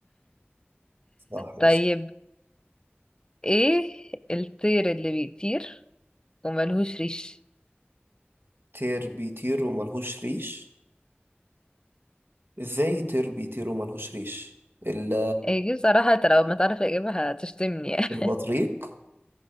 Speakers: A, on the right (about 65°); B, on the left (about 20°).
A: صح ماشي
B: طيب ايه الطير اللي بيطير وملهوش ريش
A: طير بيطير وملهوش ريش ازاي طير بيطير وملهوش ريش ال-
B: ايه دي بصراحة انت لو ما تعرف اجيبها هتشتمني <laughs> يعني
A: البطريق